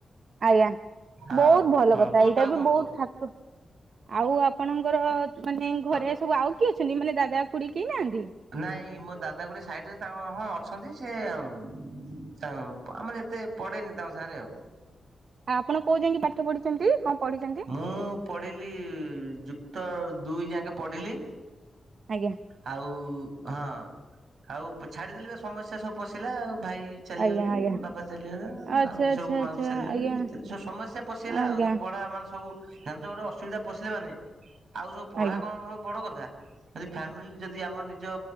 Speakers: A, on the right; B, on the right.
A: ଆଜ୍ଞା
B: ଆଉ
A: ବହୁତ ଭଲ
B: ହଁ
A: କଥା
B: କୁହନ୍ତୁ
A: ଏଇଟା
B: ଆଉ
A: ବି
B: କଣ
A: ବହୁତ
B: କୁହ?
A: ଠାକୁ ଆଉ ଆପଣଙ୍କର ମାନେ
B: ତ
A: ଘରେ ସବୁ ଆଉ କିଏ ଅଛନ୍ତି ମାନେ ଦାଦା ଖୁଡି କେହି ନାହାନ୍ତି?
B: ନାଇଁ
A: ଆଉ
B: ମୋ ଦାଦା ଗୋଟେ ସାଇଡରେ ତାଙ୍କ ହଁ ଅଛନ୍ତି ସେ ଆଉ ଆମର ଏତେ ପଡ଼େନି ତାଙ୍କ ସାଙ୍ଗରେ ଆଉ।
A: ଆଉ ଆପଣ କୋଉ ଯାଇକି ପାଠ ପଢିଛନ୍ତି କଣ ପଢିଛନ୍ତି?
B: ମୁଁ ପଢ଼ିଲି ଯୁକ୍ତ ଦୁଇ ଯାକେ ପଢ଼ିଲି।
A: ଆଜ୍ଞା।
B: ଆଉ ହଁ ଆଉ ଛାଡିଦେଲେ ବା ସମସ୍ୟା ସବୁ ପଶିଲା ଆଉ ଭାଇ ଚାଲିଗଲେ
A: ଆଜ୍ଞା ଆଜ୍ଞା
B: ବାପା ଚାଲିଗଲା
A: ଆଚ୍ଛା
B: ଆଉ
A: ଆଚ୍ଛା
B: ସବୁ ମାଉସୀ
A: ଆଚ୍ଛା
B: ଚାଲିଗଲେ
A: ଆଜ୍ଞା
B: ଚା ସବୁ ସମସ୍ୟା ପଶିଗଲା
A: ଆଜ୍ଞା
B: ଆଉ ସବୁ ପଢା ମାନେ ସବୁ ଜାଣିଛ ଗୋଟେ ଅସୁବିଧା ପଶିଲ ମାନେ ଆଉ ସବ ପଢା
A: ଆଜ୍ଞା
B: କଣ
A: ଆଜ୍ଞା ଆଜ୍ଞା
B: ସବୁ ବଡ଼ କଥା। ଯଦି ଫ୍ୟାମିଲି ଯଦି ଆମର ନିଜ